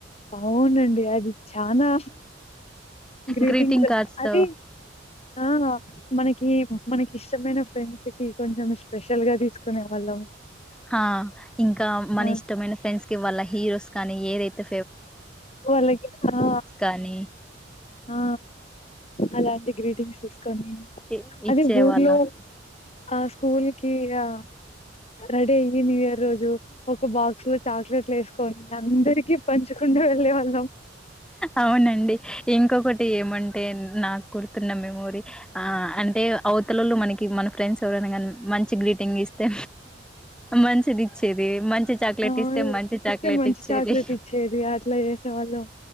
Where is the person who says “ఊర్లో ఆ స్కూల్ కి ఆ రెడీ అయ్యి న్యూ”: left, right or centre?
Left